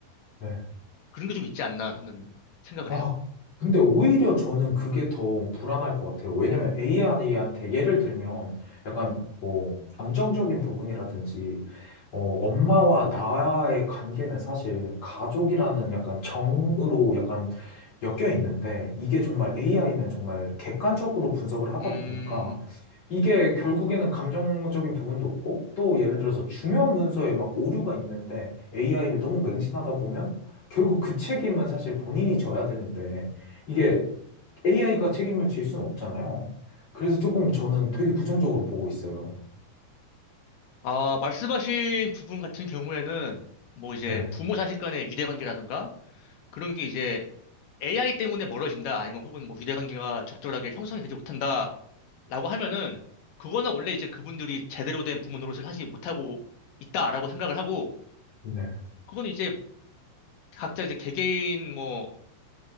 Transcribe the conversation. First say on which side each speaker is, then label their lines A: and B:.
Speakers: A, on the left; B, on the left.
A: 네.
B: 그런 게 좀 있지 않나 저는 생각을
A: 아,
B: 해요.
A: 근데 오히려 저는 그게 더 불안할 것 같아요. 왜냐면 AI한테 예를 들면 약간 뭐 감정적인 부분이라든지 어, 엄마와 나와의 관계는 사실 가족이라는 약간 정으로 약간 엮여 있는데 이게 정말 AI는 정말 객관적으로 분석을 하다
B: 음,
A: 보니까 이게 결국에는 감정적인 부분도 없고 또 예를 들어서 중요한 문서에 막 오류가 있는데 AI를 너무 맹신하다 보면 결국 그 책임은 사실 본인이 져야 되는데 이게 AI가 책임을 질 수는 없잖아요. 그래서 조금 저는 되게 부정적으로 보고 있어요.
B: 아, 말씀하신 부분 같은 경우에는 뭐 이제
A: 네,
B: 부모 자식 간의 유대 관계라든가 그런 게 이제 AI 때문에 멀어진다, 아니면 혹은 뭐 유대관계가 적절하게 형성이 되지 못한다라고 하면은, 그거는 원래 이제 그분들이 제대로 된 부모 노릇을 하지 못하고 있다라고 생각을 하고,
A: 네.
B: 그건 이제 각자 이제 개개인 뭐,